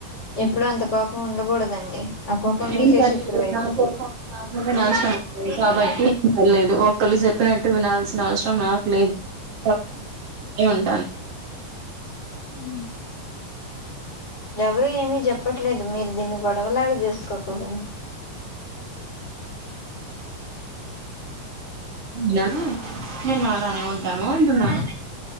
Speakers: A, on the left (about 30°); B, on the right (about 45°).
A: ఎప్పుడు అంత కోపం ఉండకూడదండి ఆ కోపం
B: ఏం
A: మీకే
B: పర్లేదు
A: శత్రువు అయిద్ది
B: నాకోపం నా నష్టం <inaudible> కాబట్టి ఏం పర్లేదు ఒకళ్ళు చెప్పినట్టు వినాల్సిన అవసరం నాకు లేదు కాబట్టి నేను అలానే ఉంటాను.
A: ఉమ్ ఎవరు ఏమి చెప్ చెప్పట్లేదు మీరు దీన్ని గొడవలాగా చేూసుకోకండి
B: ను నేను అలానే ఉంటాను అంటున్నాను